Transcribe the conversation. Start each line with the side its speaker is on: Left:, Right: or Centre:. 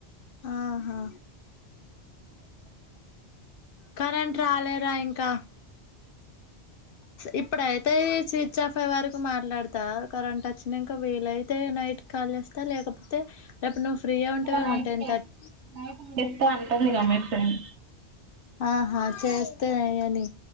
Left: ఆహా కరెంట్ రాలేరా ఇంకా ఇప్పుడయితే స్విచ్ ఆఫ్ అ వరకు మాట్లాడతా కరెంట్ నాంక వేలయితే నైట్ కాళేస్తా లేకపోతే రేపు నువ్వు ఫ్రీగా ఉంటావేమో
Right: నైట్
Left: టెన్
Right: తెస్
Left: థర్టీ
Right: తెస్తా అంటుంది కదా మీ ఫ్రెండ్
Left: ఆహా హ చేస్తేనే అని